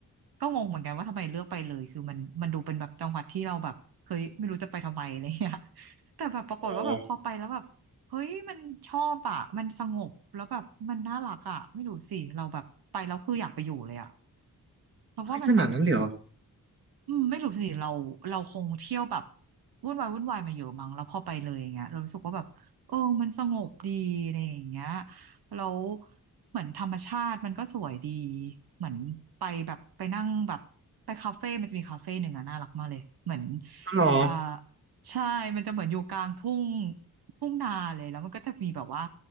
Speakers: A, on the right (about 75°); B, on the right (about 35°).
A: ก็งงเหมือนกันว่าทำไมเลือกไปเลยคือมันมันดูเป็นแบบจังหวัดที่เราแบบเฮ้ยไม่รู้จะไปทำไมอะไรเงี้ย <laughs> แต่แบบปรากฏว่าแบบพอไปแล้วแบบเฮ้ยมันชอบอ่ะมันสงบแล้วแบบมันน่ารักอ่ะไม่รู้สิเราแบบไปแล้วคืออยากไปอยู่เลยอ่ะ
B: ห
A: เพราะว่ามันแบบ
B: เฮ้ยขนาดนั้นเลยเหรอ
A: อืมไม่รู้สิเราเราคงเที่ยวแบบวุ่นวายวุ่นวายมาเยอะมั้งแล้วพอไปเลยอย่างเงี้ยเรารู้สึกว่าแบบเออมันสงบดีอะไรอย่างเงี้ยแล้วเหมือนธรรมชาติมันก็สวยดีเหมือนไปแบบไปนั่งแบบไปคาเฟ่มันจะมีคาเฟ่หนึ่งอะน่ารักมากเลยเหมือน
B: อ๋อเหรอ
A: เอ่อใช่มันจะเหมือนอยู่กลางทุ่งทุ่งนาเลยแล้วมันก็จะมีแบบว่า